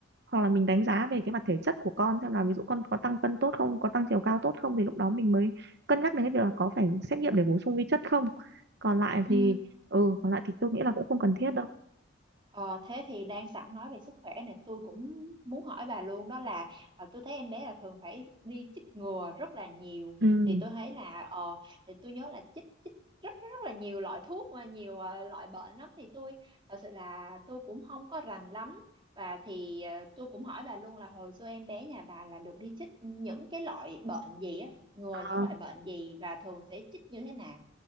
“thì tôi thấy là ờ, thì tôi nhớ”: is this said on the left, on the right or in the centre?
Right